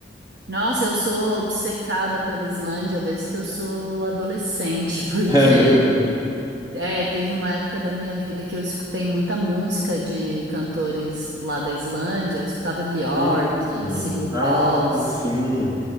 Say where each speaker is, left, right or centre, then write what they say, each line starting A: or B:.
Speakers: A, on the right; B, on the right.
A: Nossa, eu sou obcecada pela Islândia desde que eu sou adolescente, <laughs> porque
B: É mesmo?
A: É, teve uma época da minha vida que eu escutei muita música de cantores lá da Islândia. Eu escutava Björk,
B: Hum.
A: Sigur
B: Ah,
A: Rós,
B: sim.